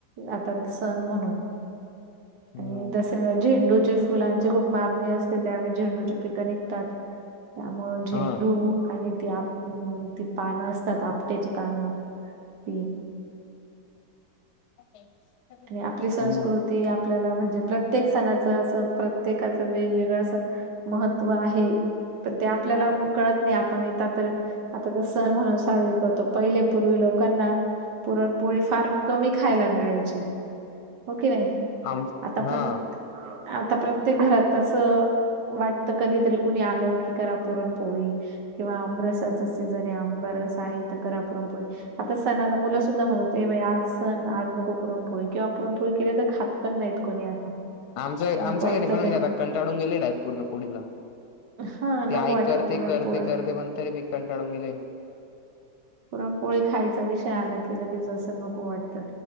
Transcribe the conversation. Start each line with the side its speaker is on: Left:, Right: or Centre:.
Right: आता सण म्हणून
Left: हा
Right: आणि दसऱ्याला झेंडूचे फुलांची खूप मागणी असं ते त्यावेळी झेंडूची पिकं निघतात. त्यामुळे झेंडू
Left: हा
Right: आणि त्या हम्म ती पान असतात. आपट्याची पान ती
Left: <inaudible>
Right: आणि आपली संस्कृती
Left: हम्म
Right: आप ल्याला म्हणजे प्रत्येक सणाच असं प्रत्येकाच वेगवेगळ असं महत्त्व आहे. पण ते आपल्याला कळत नाही. आपण येेत तर आता तर सण म्हणून साजरी करतो. पहिले पूर्वी लोकांना पुरणपोळी फार कमी खायला मिळायची हो की नाही!
Left: आम
Right: आता
Left: हा
Right: प्रत आता प्रत्येक घरात तसं वाटतं कधी तरी कोणी आलं की करा. पुरणपोळी किंवा आंबरसाच सीझन आहे. आंबारस आहे. तर करा पुरणपोळी आता सणाला मुलं सुद्धा म्हणत. ये बाई आज सण आज नको पुरण पोळी किंवा पुरणपोळी केली. तर खात पण नाहीत. कोणी आता
Left: आमच्या
Right: नको
Left: आमच्या
Right: वाटतं
Left: घरी पण म्हजे
Right: ते
Left: आता कंटाळून गेले डायरेक्ट आहे. पूर्ण पुरणपोळीला
Right: हा नको
Left: ते आई
Right: वाटतं
Left: करते
Right: पुरणपोळी
Left: करते करते, पण तरी बी कंटाळून गेले.
Right: पुरण पोळी खायचा विषय आला की लगेच. असं नको वाटतं.